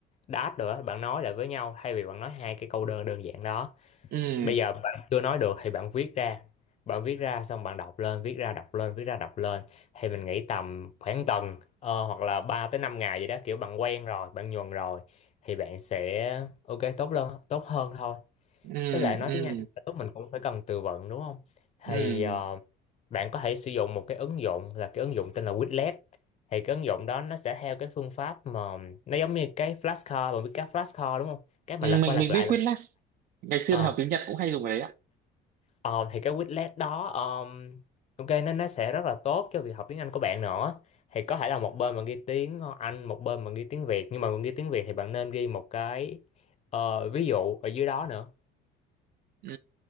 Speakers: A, on the left; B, on the right.
A: that đồ đó bạn nói lại với nhau thay vì bạn nói hai cái câu đơn đơn giản đó
B: ừ
A: bây giờ bạn chưa nói được thì bạn viết ra bạn viết ra xong bạn đọc lên viết ra đọc lên viết ra đọc lên thì mình nghĩ tầm khoảng tuần ờ, hoặc là 3 tới 5 ngày vậy đó kiểu bạn quen rồi bạn nhuần rồi thì bạn sẽ ok tốt hơn tốt hơn thôi
B: ừ
A: với lại nói
B: ừ
A: tiếng Anh lúc mình cũng phải cần từ vựng đúng không
B: ừ
A: thì ờ, bạn có thể sử dụng một cái ứng dụng là cái ứng dụng tên là Quizlet thì cái ứng dụng đó nó sẽ theo cái phương pháp mà nó giống như cái flashcard bạn biết cái flashcard đúng không cái mà
B: Ừ,
A: lật
B: mình
A: qua lật
B: mình
A: lại
B: biết
A: lật
B: Quizlet ngày xưa
A: lại.
B: mình học tiếng Nhật cũng hay dùng cái đấy ạ
A: Ờ, thì cái Quizlet đó um, ok nên nó sẽ rất là tốt cho việc học tiếng Anh của bạn nữa thì có thể là một bên mà ghi tiếng Anh một bên mà ghi tiếng Việt nhưng mà mình ghi tiếng Việt thì bạn nên ghi một cái ờ, ví dụ ở dưới đó nữa
B: ừ